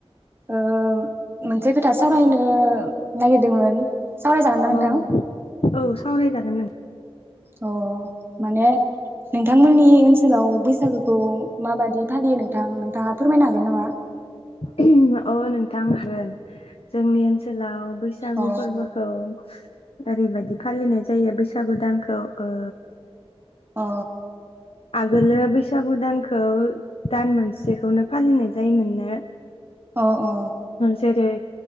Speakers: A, on the right; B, on the left.
A: ओ मोनसे खोथा सावरायनो नागिरदोंमोन। सावरायजागोन ना
B: अह
A: नोंथां
B: औ सावरायजागोन नों
A: अ माने नों थांमोननि ओनसोलाव बैसागोखौ माबादि फालियो नोंथां नोंथाङा फोरमायनो हागोन नामा
B: ओ-होम अह नोंथां हागोन जोंनि ओनसोलाव बैसागु
A: अ
B: फोरबोखौ ओरैबायदि फालिनाय जायो बैसागु दानखौ ओ
A: अ
B: आगोलो बैसागु दानखौ दान मोनसेखौनो फालिनाय जायोमोननो
A: अ अ
B: जेरै